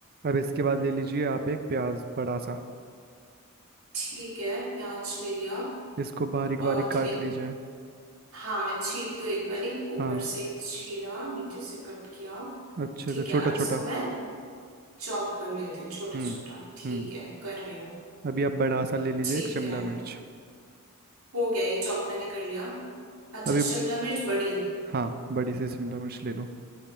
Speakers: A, on the right (about 45°); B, on the right (about 75°).
A: अब इसके बाद ले लीजिए आप एक प्याज बड़ा सा
B: ठीक है प्याज ले लिया
A: इसको बारीक
B: अ,
A: बारीक काट
B: ठीक है
A: लीजिए
B: हाँ मैं छील तो एक बार ही ऊपर
A: हाँ
B: से छीला नीचे से कट किया
A: अच्छे
B: ठीक
A: से
B: है
A: छोटा
B: अब इसको
A: छोटा
B: मैं चॉप कर लेती हूँ छोटा
A: हम्म
B: छोटा ठीक
A: हम्म
B: है कर रही हूँ
A: अभी आप बड़ा सा ले लीजिए
B: ठीक
A: एक शिमला
B: है
A: मिर्च
B: हो गया ये चॉप मैंने कर लिया अच्छा
A: अभी
B: शिमला मिर्च बड़ी
A: हाँ बड़ी सी शिमला मिर्च ले लो